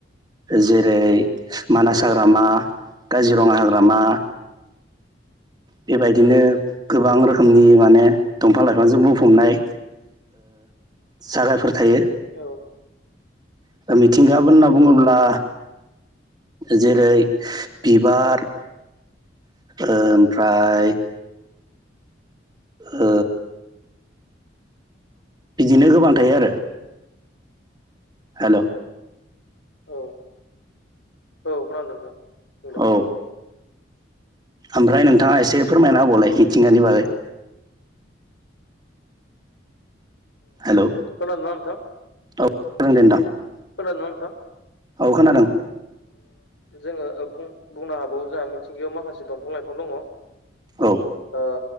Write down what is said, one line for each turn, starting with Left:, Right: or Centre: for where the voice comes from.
Right: जेरै मानास
Left: औ
Right: हाग्रामा काजिरङा हाग्रामा बेबायदिनो
Left: औ
Right: गोबां रोखोमनि माने दंफां लाइफांजों बुंफबनाय जागायफोर थायो।
Left: औ
Right: मिथिंगा होनना बुङोब्ला
Left: औ
Right: जेरै बिबार ओमफ्राय ओ बिदिनो गोबां थायो आरो। हेलौ
Left: औ औ खोनादों नोंथां। बुंलाय
Right: औ ओमफ्राय नोंथाङा एसे फोरमायनाबलाय मिथिंगानि बागै हेलौ
Left: खोनादों ना नोंथां
Right: <inaudible>
Left: खोनादों ना नोंथां
Right: औ खोनादों।
Left: जोङो बुंनो हाबावो जोंहा मिथिंगायाव माखासे दंफां लाइफां दङ ओ
Right: औ